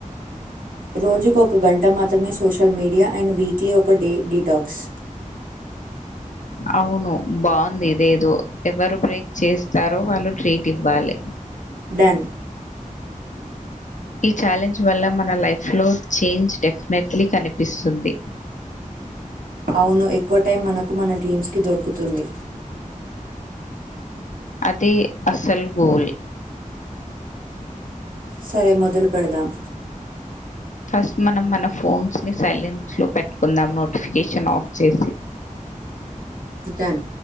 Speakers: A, on the right; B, on the left.
A: రోజుకు ఒక గంట మాత్రమే సోషల్ మీడియా అండ్ వీక్లీ ఒక డే డిటాక్స్
B: అవును బాగుందిదేదో ఎవరు బ్రేక్ చేస్తారో వాళ్ళు ట్రీట్ ఇవ్వాలి
A: డన్
B: ఈ ఛాలెంజ్ వల్ల మన లైఫ్ లో చేంజ్ డెఫినెట్లీ కనిపిస్తుంది
A: అవును ఎక్కువ టైం మనకు మన డ్రీమ్స్ కి దొరుకుతుంది
B: అదే అసల్ గోల్
A: సరే మొదలు పెడదాం
B: ఫస్ట్ మనం మన ఫోన్స్ ని సైలెన్స్ లో పెట్టుకుందాం నోటిఫికేషన్ ఆఫ్ చేసి
A: డన్